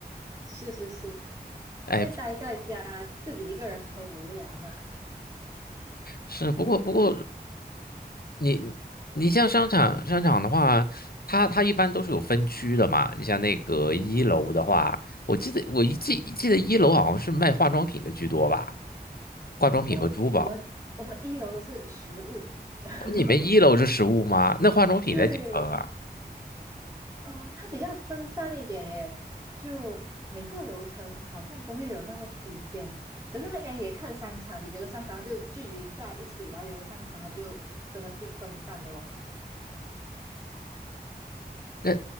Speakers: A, on the right; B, on the left.
A: 是是是，
B: 哎，
A: 因为待在家自己一个人很无聊嘛。
B: 是，不过不过你你像商场商场的话，它它一般都是有分区的嘛，你像那个一楼的话，我记得我一记记得一楼好像是卖化妆品的居多吧，化妆品和珠宝，
A: 哦，我们我们一楼都是食物，<laughs>
B: 你们一楼是实物吗？那化妆品在几层啊？
A: 对，呃，它比较分散一点耶，就每个楼层好像都会有那么几间，可是它应该也看商场，有的商场它就聚集在一起，然后有的商场它就真的是分散的咯。
B: 那